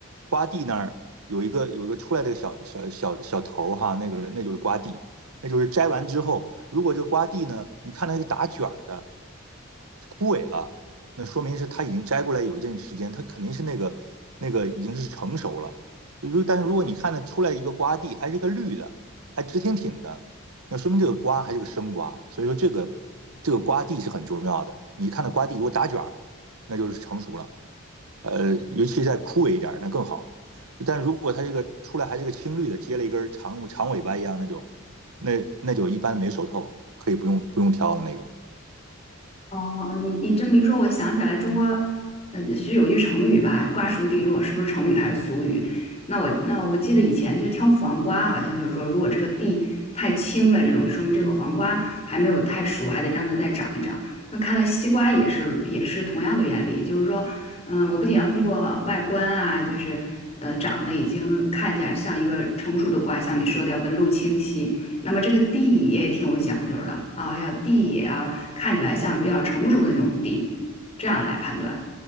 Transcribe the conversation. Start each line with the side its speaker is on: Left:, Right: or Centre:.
Right: 瓜蒂那儿有一个有一个出来的小小小小头儿哈，那个那就是瓜蒂，那就是摘完之后，如果这瓜蒂呢，你看它是打卷儿的。枯萎了，那说明是它已经摘过来有一阵时间，它肯定是那个那个已经是成熟了。如但是如果你看它出来一个瓜蒂还是个绿的，还直挺挺的，那说明这个瓜还是个生瓜。所以说这个这个瓜蒂是很重要的。你看到瓜蒂如果打卷儿，那就是成熟了。呃，尤其再枯萎一点那更好了。但如果它这个出来还是个青绿的，接了一根长长尾巴一样那种，那那就一般没熟透，可以不用不用挑了那个。
Left: 哦，你你这么一说，我想起来中国，嗯，是有句成语吧，“瓜熟蒂落”，是不是成语还是俗语？那我那我记得以前就是挑黄瓜，好像就是说，如果这个蒂太青了，这种说明这个黄瓜还没有太熟，还得让它再长一长。那看来西瓜也是也是同样的原理，就是说，嗯，我不仅要通过外观啊，就是呃长得已经看起来像一个成熟的瓜，像你说的要纹路清晰，那么这个蒂也挺有讲究的啊，要蒂也要。看起来像比较成熟的那种地，这样来判断。